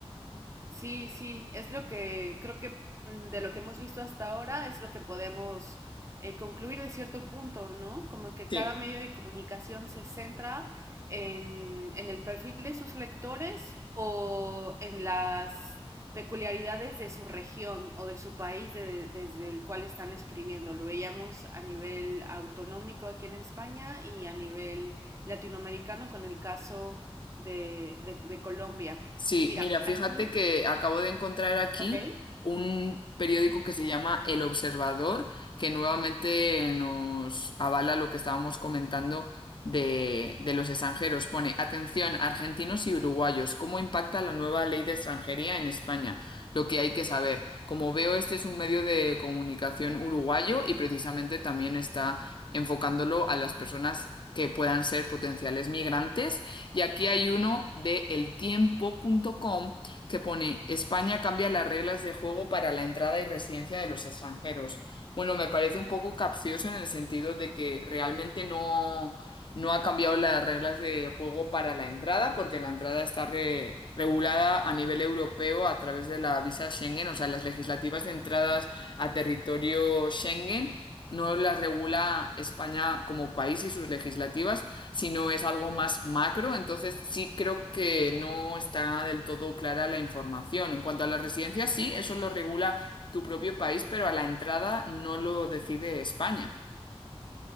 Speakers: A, on the right; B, on the left.
A: Sí, sí, es lo que creo que mm, de lo que hemos visto hasta ahora es lo que podemos eh, concluir de cierto punto, ¿no? Como que
B: Sí.
A: cada medio de comunicación se centra en, en el perfil de sus lectores o en las peculiaridades de su región o de su país de- desde el cual están escribiendo. Lo veíamos a nivel autonómico aquí en España y a nivel latinoamericano con el caso de, de de Colombia.
B: Sí,
A: Mira,
B: mira, fíjate
A: aquí
B: que acabo de encontrar aquí
A: Ok,
B: un periódico que se llama El Observador, que nuevamente nos avala lo que estábamos comentando de, de los extranjeros. Pone, atención, argentinos y uruguayos, ¿cómo impacta la nueva ley de extranjería en España? Lo que hay que saber. Como veo, este es un medio de comunicación uruguayo y precisamente también está enfocándolo a las personas que puedan ser potenciales migrantes y aquí hay uno de eltiempo punto com que pone España cambia las reglas de juego para la entrada y residencia de los extranjeros. Bueno, me parece un poco capcioso en el sentido de que realmente no, no ha cambiado las reglas de juego para la entrada, porque la entrada está re- regulada a nivel europeo a través de la visa Schengen, o sea, las legislativas de entradas a territorio Schengen. No las regula España como país y sus legislativas, sino es algo más macro, entonces sí creo que no está del todo clara la información. En cuanto a las residencias, sí, eso lo regula tu propio país, pero a la entrada no lo decide España.